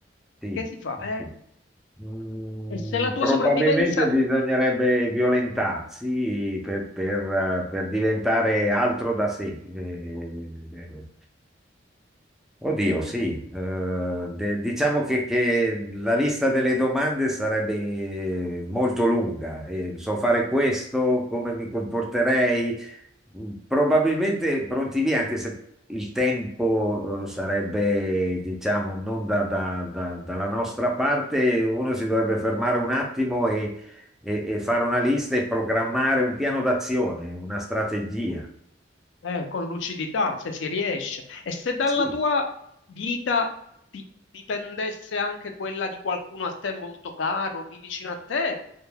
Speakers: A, in the centre; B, on the left.
A: Sì.
B: che si fa?
A: sì,
B: Eh,
A: sì. Mm,
B: e se la tua
A: probabilmente
B: sopravvivenza,
A: bisognerebbe violentarsi per, per, eh, per diventare altro da sé. Eh, Oddio, sì. Eh, de- diciamo che, che la lista delle domande sarebbe eh, molto lunga. Eh, so fare questo, come mi comporterei, Probabilmente pronti via, anche se il tempo eh, sarebbe, diciamo, non da- da- da- dalla nostra parte, uno si dovrebbe fermare un attimo e, e- e fare una lista e programmare un piano d'azione, una strategia.
B: eh, con lucidità, se si riesce, e se dalla
A: Sì.
B: tua vita di- dipendesse anche quella di qualcuno a te molto caro, lì vicino a te,